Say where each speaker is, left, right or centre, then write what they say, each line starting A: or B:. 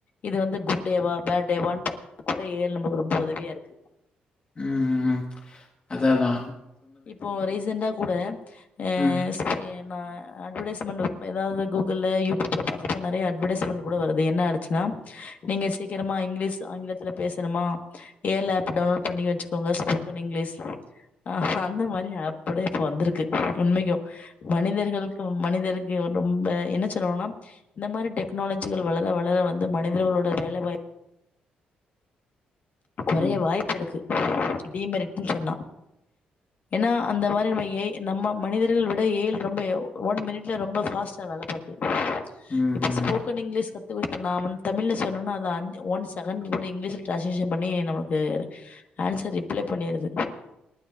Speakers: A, on the left (about 55°); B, on the left (about 35°).
A: இது வந்து குட் டேவா பேட் டேவான் அ கூட ஏ எல் நமக்கு ரொம்ப உதவியாருக்கு
B: ம் ம் அதா தா
A: இப்போ ரீசெண்டா கூட ஏ
B: ம்.
A: சேய நா அட்வடைஸ்மெண்ட் வ எதாவ்து கூகுள்ல யூடியூப்ல பாக்றப்போ நறைய அட்வடைஸ்மெண்ட் கூட வருது என்ன ஆயிடுச்சுனா நீங்க சீக்கிரமா இங்க்லீஸ் ஆங்கிலத்துல பேசணுமா ஏ எல் ஆப் டவுன்லோட் பண்ணி வச்சுக்கோங்க ஸ் போக்கன் இங்க்லிஸ் ஆ சா அந்த மாரி ஆப் கூட இப்ப வந்திருக்கு உண்மைக்கூ மனிதர்களுக்கூ மனிதருக்கு ரொம்பே என்ன சொல்லோனா இந்த மாரி டெக்னாலஜிகள் வளர வளர வந்து மனிதர்களோட வேலைவாய்ப் கொறைய
B: ம்.
A: வாய்ப்பிருக்கு டி மெரிட்னு சொன்னா ஏனா அந்த மாரி நம்ம ஏ நம்ம மனிதர்கள் விட ஏ எல் ரொம்ப ஒன் மினிட்ல ரொம்ப ஃபாஸ்ட்டா வேல பாக்கு
B: ம்.
A: இப்போ
B: ம்.
A: ஸ்போக்கன் இங்க்லீஸ் கத்துவைக்க நா முன் தமிழ்ல சொன்னோனா அது அண் ஒன் செகன்ட்லூட இங்க்லீஷ்ல ட்ரான்ஸ் சீஷன் பண்ணி நமக்கு ஆன்சர் ரிப்ளை பண்ணிருது